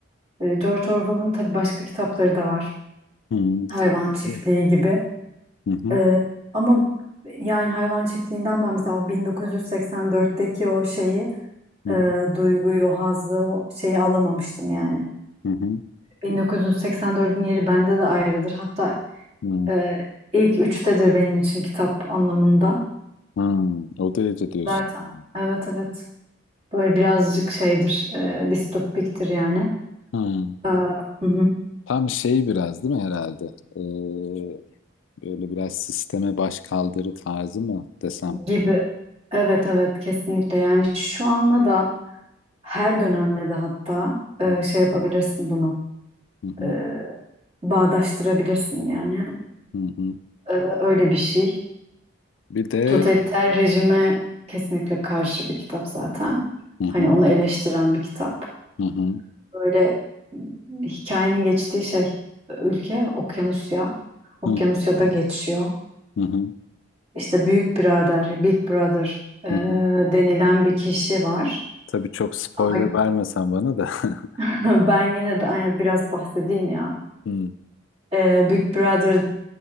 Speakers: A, on the right (about 30°); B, on the left (about 75°).
A: Ee, George Orwell'ın tabii başka kitapları da var.
B: hı,
A: Hayvan
B: tabii.
A: Çiftliği
B: tabii.
A: gibi.
B: Hı hı,
A: Ee, ama yani Hayvan Çiftliği'nden ben mesela o 1984'teki o şeyi,
B: hı
A: e,
B: hı,
A: duyguyu, o hazzı, o şeyi alamamıştım yani.
B: hı hı,
A: 1984'ün yeri bende de ayrıdır. Hatta
B: hı.
A: e, ilk üçtedir benim için kitap anlamında.
B: Hı, O derece diyorsun.
A: Zaten
B: yani.
A: evet evet. Böyle birazcık şeydir, e, distopiktir yani.
B: Hı.
A: Ee, hı hı.
B: Tam şey biraz değil mi herhalde? Ee, böyle biraz sisteme baş kaldırı tarzı mı desem?
A: gibi. Evet evet kesinlikle yani şu anla da her dönemle de hatta e,
B: Hı
A: şey yapabilirsin bunu
B: hı hı
A: e, bağdaştırabilirsin yani
B: hı. hı hı.
A: E, öyle bir şey.
B: Bir de
A: Totaliter rejime kesinlikle karşı bir kitap zaten.
B: hı hı
A: Hani onu eleştiren bir kitap.
B: hı hı
A: Böyle m, hikayenin geçtiği şey e, ülke Okyanusya. Okyanusya'da
B: hı
A: geçiyor.
B: hı hı. hı.
A: İşte Büyük Birader, Big Brother e,
B: hı hı.
A: denilen bir kişi var.
B: Tabii çok spoiler
A: ama
B: vermesen bana da. <laughs>
A: <laughs> Ben yine de aynı biraz bahsedeyim ya.
B: Hı
A: Ee, Big Brother